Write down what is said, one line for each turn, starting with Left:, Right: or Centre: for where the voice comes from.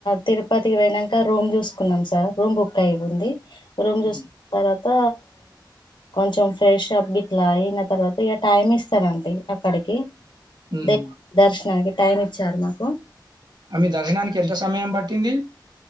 Left: తిరుపతికి పోయినంక రూమ్ చూసుకున్నాం సార్ రూమ్ బుక్ అయి ఉంది. రూమ్
Right: హ్మ్.
Left: చూసుకున్న తర్వాత కొంచం ఫ్రెష్ అప్ గిట్లాయిన తర్వాత ఇగ టైమ్ ఇస్తారండి అక్కడికి.
Right: హ్మ్.
Left: దె దర్శనానికి టైం ఇచ్చారు మాకు.
Right: ఆ మీ దర్శనానికి ఎంత సమయం పట్టింది.